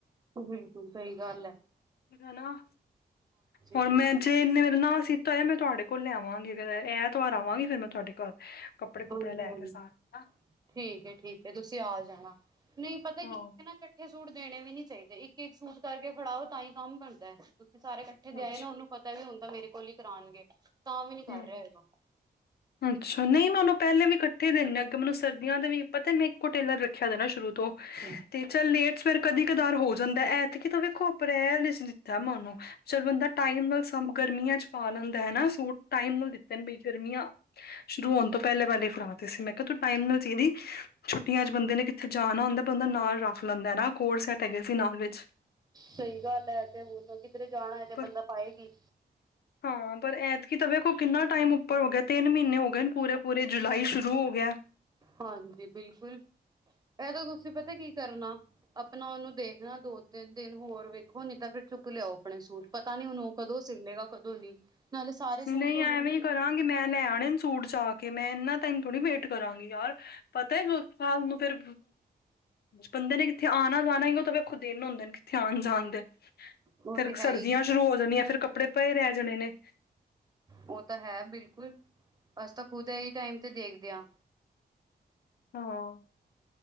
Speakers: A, on the right; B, on the left.
A: ਬਿਲਕੁਲ ਸਹੀ ਗੱਲ ਐ।
B: ਹਨਾ, ਹੁਣ
A: ਹਾਂਜੀ
B: ਮੈਂ ਜੇ ਇਨੇ ਮੇਰਾ ਨਾਂ ਸੀਤਾ ਹੋਇਆ ਮੈਂ ਤੁਹਾਡੇ ਕੋਲ ਲਿਆਵਾਂਗੀ। ਐਤਵਾਰ ਆਵਾਂਗੀ ਫੇਰ ਮੈਂ ਤੁਹਾਡੇ ਘਰ। ਕੱਪੜੇ ਕੁਪੜੇ
A: ਹਾਂਜੀ,
B: ਲੈ
A: ਹਾਂਜੀ
B: ਕੇ ਸਾਰੇ
A: ਠੀਕ ਹੈ, ਠੀਕ ਹੈ ਤੁਸੀਂ ਆ ਜਾਣਾ। ਨਹੀਂ ਪਤਾ ਕੀ
B: ਹਾਂ
A: ਇਕੱਠੇ ਇਕੱਠੇ ਸੂਟ ਦੇਣੇ ਵੀ ਨੀ ਚਾਹੀਦੇ, ਇੱਕ -ਇੱਕ ਸੂਟ ਕਰਕੇ ਫੜਾਓ ਤਾਂ ਹੀ ਕੰਮ ਬਣਦਾ, ਤੁਸੀਂ ਸਾਰੇ ਇਕੱਠੇ ਦੇ
B: ਅੱਛਾ
A: ਆਏ ਨਾ ਉਹਨੂੰ। ਪਤਾ ਵੀ ਹੁਣ ਮੇਰੇ ਕੋਲ ਹੀ ਕਰਾਉਣਗੇ। ਤਾਂ ਵੀ ਨੀ ਕਰ
B: ਹੂੰ।
A: ਰਿਹਾ ਹੈਗਾ
B: ਅੱਛਾ। ਨਹੀਂ ਮੈਂ ਉਹਨੂੰ ਪਹਿਲੇ ਵੀ ਇਕੱਠੇ ਦੇਨੀ ਆ, ਅੱਗੇ ਮੈਨੂੰ ਸਰਦੀਆਂ ਦੇ ਵੀ ਪਤਾ ਮੈਂ ਇਕੋ ਟੇਲਰ ਰੱਖਿਆ ਦੇ ਨਾ ਸ਼ੁਰੂ ਤੋਂ
A: <inaudible>
B: ਤੇ ਚੱਲ ਲੇਟ ਸਵੇਰ ਕਦੀ ਕਦਾਰ ਹੋ ਜਾਂਦਾ, ਐਤਕਿ ਤਾ ਵੇਖੋ ਅਪ੍ਰੈਲ ਵਿੱਚ ਦਿੱਤਾ ਮੈਂ ਉਹਨੂੰ ਚਲ ਬੰਦਾ ਟਾਈਮ ਨਾਲ ਗਰਮੀਆਂ ਚ ਪਾ ਲੈਂਦਾ ਹੈਨਾ ਸੂਟ ਟਾਈਮ ਨਾਲ ਦਿੱਤੇ ਨੇ ਬਈ ਗਰਮੀਆਂ ਸ਼ੁਰੂ ਹੋਣ ਤੋਂ ਪਹਿਲੇ, ਪਹਿਲੇ ਫੜਾ ਤੇ ਸੀ, ਮੈਂ ਕਿਹਾ ਤੂੰ ਟਾਈਮ ਨਾਲ ਚਾਹੀਦੀ ਛੁੱਟੀਆਂ ਚ ਬੰ ਬਦੇ ਨੇ ਕਿੱਥੇ ਜਾਣਾ ਹੁੰਦਾ ਪਰ ਬੰਦਾ ਉਹ ਨਾਲ ਰਖ ਲੈਂਦਾ ਨਾ ਕੋਟ ਸੈੱਟ ਹੈਗੇ ਸੀ ਨਾਲ ਵਿਚ-
A: ਸਹੀ ਗੱਲ ਹੈ ਤੇ ਹੁਣ ਕਿਧਰੇ ਜਾਣਾ ਹੈ। ਤੇ
B: ਪਰ
A: ਬੰਦਾ ਪਾਏ ਕੀ-
B: ਹਾਂ ਪਰ ਐਤਕੀ ਤਾਂ ਵੇਖੋ ਕਿੰਨਾ ਟਾਈਮ ਉਪਰ ਹੋ ਗਿਆ ਤਿੰਨ ਮਹੀਨੇ ਹੋ ਗਏ ਪੂਰੇ- ਪੂਰੇ ਜੁਲਾਈ ਸ਼ੁਰੂ ਹੋ ਗਿਆ।
A: ਹਾਂਜੀ ਬਿਲਕੁਲ ਇਹ ਤੇ ਤੁਸੀਂ ਪਤਾ ਕੀ ਕਰਨਾ- ਆਪਣਾ ਉਹਨੂੰ ਦੇਖਣਾ ਦੋ ਤਿੰਨ ਦਿਨ ਹੋਰ ਵੇਖੋ ਨੀ ਤਾਂ ਫਿਰ ਚੁੱਕ ਲਿਆਓ- ਆਪਣੇ ਸੂਟ ਪਤਾ ਨੀ ਉਹਨੂੰ ਕਦੋਂ ਸਿਲੇਗਾ ਕਦੋਂ ਨੀ ਨਾਲੇ- ਸਾਰੇ ਸੂਟ
B: ਨਹੀਂ
A: ਧੋਨੇ
B: ਐਵੇ ਹੀ ਕਰਾਂਗੇ ਮੈ ਲੈ ਆਣੇ ਸੂਟ ਜਾ ਕੇ ਮੈਂ ਇਹਨਾ ਟਾਈਮ ਥੋੜੀ ਵੇਟ ਕਰਾਂਗੀ ਯਾਰ- ਪਤਾ ਹੈ। ਸਾਲ ਨੂੰ ਫਿਰ ਬੰਦੇ ਨੇ ਕਿਥੇ ਆਉਣਾ ਜਾਣਾ ਹੀ ਉਹ ਤਾਂ ਵੇਖਦੇ ਹੁੰਦੇ ਨੇ- ਆਣ ਜਾਣ ਦੇ
A: ਉਹ
B: ਫਿਰ
A: ਤੇ ਹੈ
B: ਸਰਦੀਆਂ
A: ਹੀ
B: ਸ਼ੁਰੂ ਹੋ ਜਾਣੀਆਂ ਫਿਰ ਕੱਪੜੇ ਭਏ ਰਹਿ ਜਾਣੇ ਨੇ-
A: ਉਹ ਤਾਂ ਹੈ ਬਿਲਕੁਲ ਅਸੀਂ ਤਾਂ ਖੁਦ ਇਹੀ ਟਾਈਮ ਤੇ ਦੇਖਦੇ ਹਾਂ।
B: ਹਾਂ